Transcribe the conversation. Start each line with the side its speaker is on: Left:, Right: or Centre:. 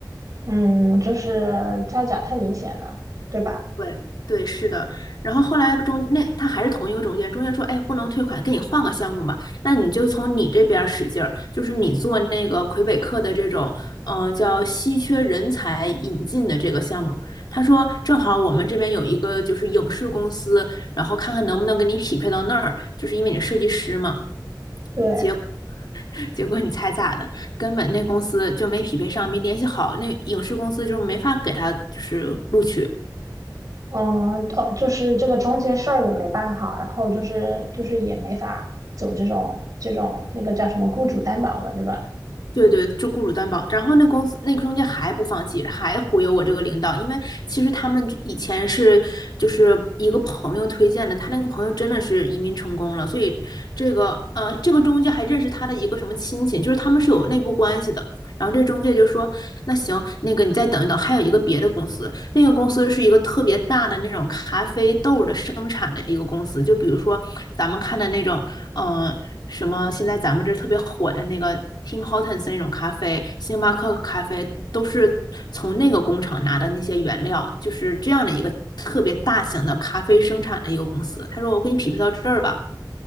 Right: 嗯，就是造假太明显了，对吧？
Left: 对对，是的。然后后来中那他还是同一个中介，中介说，哎，不能退款，给你换个项目吧。那你就从你这边儿使劲儿，就是你做那个魁北克的这种，嗯、叫稀缺人才引进的这个项目。他说，正好我们这边有一个就是影视公司，然后看看能不能给你匹配到那儿，就是因为你是设计师嘛。
Right: 对，
Left: 结果结果你猜咋的？根本那公司就没匹配上，没联系好，那影视公司就是没法给他就是录取。
Right: 嗯哦，就是这个中间事儿也没办好，然后就是就是也没法走这种这种那个叫什么雇主担保了，对吧？
Left: 对对，就雇主担保。然后那公司那个中介还不放弃，还忽悠我这个领导，因为其实他们以前是就是一个朋友推荐的，他那个朋友真的是移民成功了，所以这个呃这个中介还认识他的一个什么亲戚，就是他们是有内部关系的。然后这中介就说，那行，那个你再等一等，还有一个别的公司，那个公司是一个特别大的那种咖啡豆的生产的一个公司，就比如说咱们看的那种，嗯、什么现在咱们这特别火的那个 Tim Hortons 那种咖啡，星巴克咖啡都是从那个工厂拿的那些原料，就是这样的一个特别大型的咖啡生产的一个公司。他说我给你匹配到这儿吧，